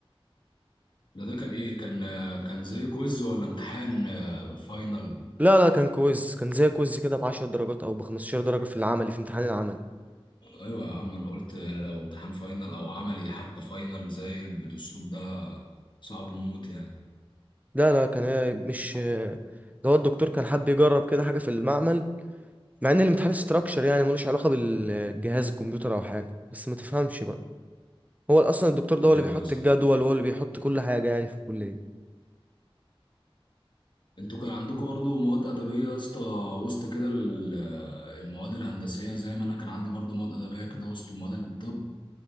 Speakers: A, on the left; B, on the right.
A: ده ده كان ايه كان آه، كان زي كويز ولا امتحان آه، فاينل
B: لا لا كان كويز كان زي كويز كده ب 10 درجات او ب 15 درجه في العملي في امتحان العملي
A: ايوه يا عم انا قلت لو امتحان فاينل او عملي حتى فاينل زي بالاسلوب ده صعب موت يعني
B: لا لا كان إيه مش ده هو الدكتور كان حابب يجرب كده حاجه في المعمل مع ان الامتحان استراكشر يعني ملوش علاقه بالجهاز الكمبيوتر او حاجه بس ما تفهمش بقى. هو اصلا الدكتور ده
A: ايوه
B: هو اللي بيحط
A: يا اسطى
B: الجدول وهو اللي بيحط كل حاجه يعني في الكليه
A: انتوا كان عندكم برضو مواد ادبيه يا اسطى وسط كده ال- المواد الهندسيه زي ما انا كان عندي برضو مواد ادبيه كده وسط مواد الطب